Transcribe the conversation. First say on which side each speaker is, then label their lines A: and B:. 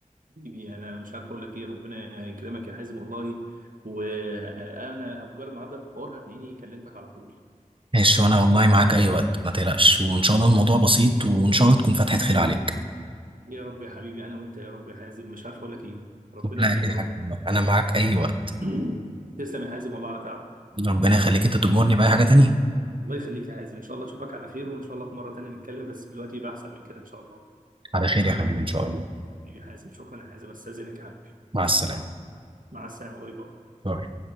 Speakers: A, on the right; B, on the right.
A: حبيبي انا مش عارف اقول لك ايه ربنا يكرمك يا حازم والله وانا بمجرد ما هبدا في الحوار هتلاقيني كلمتك على طول
B: ماشي وانا والله معاك اي وقت ما تقلقش وان شاء الله الموضوع بسيط وان شاء الله تكون فتحة خير عليك
A: يا رب يا حبيبي انا وانت يا رب يا حازم مش عارف اقول لك ايه ربنا
B: لا
A: يخليك
B: اي
A: يا
B: حاجة
A: رب
B: والله. انا معاك اي وقت
A: <clears throat> تسلم يا حازم والله على تعبك
B: ربنا يخليك انت تأمرني بأي حاجة تانية
A: الله يخليك يا حازم ان شاء الله اشوفك على خير وان شاء الله في مره تانيه نتكلم بس دلوقتي يبقى احسن من كده ان شاء الله
B: على خير يا حبيبي ان شاء الله
A: حبيبي حازم شكرا يا حازم استاذنك يا حبيبي
B: مع السلامة
A: مع السلامه باي باي
B: باي.